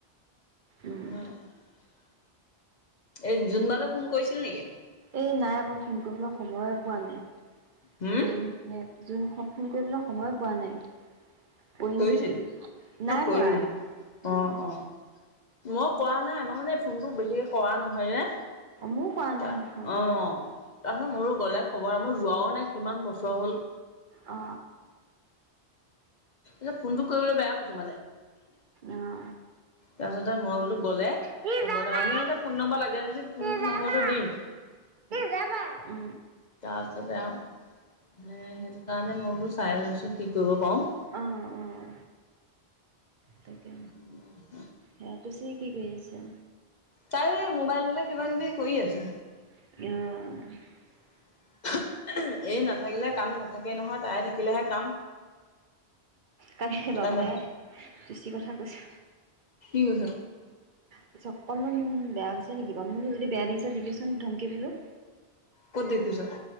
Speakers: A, on the right; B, on the left.
A: উম।
B: <unintelligible> উ <unintelligible> এই জোনবালৈ ফোন কৰিছিল নেকি?
A: এ নাই মই ফোন কৰিবলৈ সময় পোৱা নাই,
B: হম
A: কৰিম হে যোন হওক ফোন কৰিবলৈ সময়ো পোৱা নাই কৰিমহে।
B: কৰিছিলো
A: নাই
B: নকইবি
A: কৰা।
B: না অ
A: উম।
B: অ মই কৰা নাই আমাৰ মানে ফোনটোক বেছিকে কৰা নহয় যে
A: অ', ময়ো কৰা নহয়
B: তা
A: ফোন।
B: অ তাৰপিছত মোৰো গ'লে খবৰ আৰু মোৰ যোৱাও নাই কিমান বছৰ হল
A: অ
B: ত ফোনটো কৰিবলৈ বেয়া পাইছো মানে
A: অ'।
B: তাৰপিছতে মই বোলোঁ গ'লে
A: সি
B: হ'ব
A: যাবা
B: দে আমি ফোন নম্বৰ লাগে ফোন
A: সি যাবা
B: নম্বৰটো দিম।
A: যাবা উ
B: তাৰপিছতে আৰু সেইটো কাৰণে মই বোলোঁ চাই লৈছোঁ কি কৰিব পাৰোঁ।
A: অঁ অঁ তাকে
B: <unintelligible>
A: সেয়া তুছে কি কৰি আছে?
B: তাই মোবাইলটোতে কিবা কিবি কৰি আছে
A: অহ
B: <unintelligible> <unintelligible> এই নাথাকিলে কাম নাথাকেই নহয় তাই থাকিলেহে কাম।
A: কালি বাবু
B: তাই না
A: দাই তোচি কথা কৈছে
B: কি কৈছ?
A: পিছক অকনমান বেয়া হৈছে নেকি? বাৰু মোকনো যদি বেয়া দেখিছ দিবিচোন ধমকি বোলোঁ।
B: ক'ত দেখিছ।